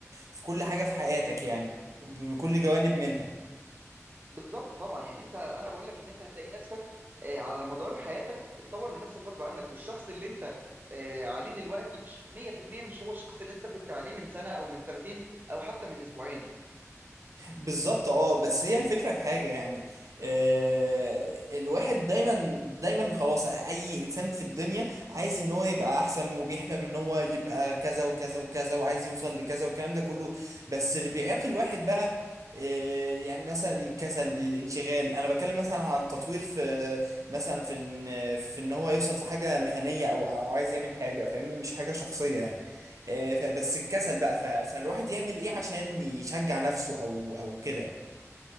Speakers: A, on the right; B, on the right.
A: في كل حاجه في حياتك يعني بكل جوانب منها
B: بالظبط طبعا يعني انت انا بقول لك ان انت هتلاقي نفسك آه، على مدار حياتك بتطور من نفسك غصب عنك والشخص اللي انت آه، عليه دلوقتي مش 100% مش هو الشخص اللي انت كنت عليه من سنة او من سنتين او حتى من اسبوعين
A: بالظبط اه بس هي الفكرة في حاجة يعني آه الواحد دايما دايما خلاص اي انسان في الدنيا عايز ان هو يبقى احسن وبيحلم ان هو يبقى كذا وكذا وكذا وعايز يوصل لكذا والكلام ده كله بس اللي بيعيق الواحد بقى آه يعني مثلا الكسل الانشغال انا بتكلم مثلا عن التطوير في مثلا في ان في ان هو يوصل في حاجة مهنية او أو عايز يعمل حاجة فاهمني مش حاجة شخصية يعني آه، فبس الكسل بقى ف- فالواحد يعمل ايه عشان يشجع نفسه او او كده يعني